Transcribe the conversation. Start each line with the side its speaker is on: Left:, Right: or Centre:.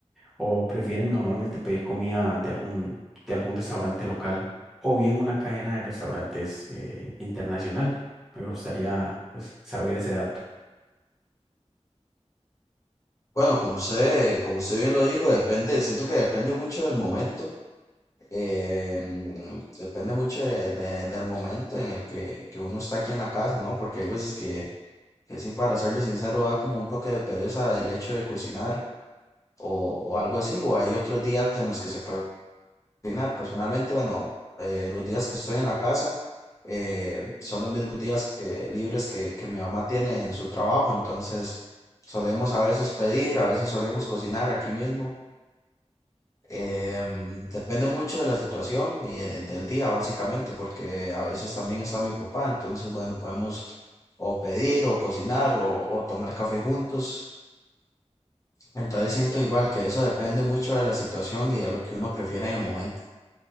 Centre: ¿O prefieren normalmente pedir comida de algún, de algún restaurante local o bien una cadena de restaurantes eh, internacional? Me gustaría pues, saber ese dato.
Left: Bueno, como usted, como usted bien lo dijo, depende, siento que depende mucho del momento, eh, mm, depende mucho de- de- del momento en el que, que uno está aquí en la casa, ¿no? Porque hay veces que, que sí, para serle sincero, da como un toque de pereza el hecho de cocinar o, o algo así, o hay otros días en los que se puede cocinar. Personalmente, bueno, eh, los días que estoy en la casa eh, son los mismos días que, libres que, que mi mamá tiene en su trabajo, entonces solemos a veces pedir, a veces solemos cocinar aquí mismo. Em, depende mucho de la situación y eh, del día, básicamente, porque a veces también está mi papá, entonces, bueno, podemos o pedir o cocinar o, o tomar café juntos. Entonces siento igual que eso depende mucho de la situación y de lo que uno prefiera en el momento.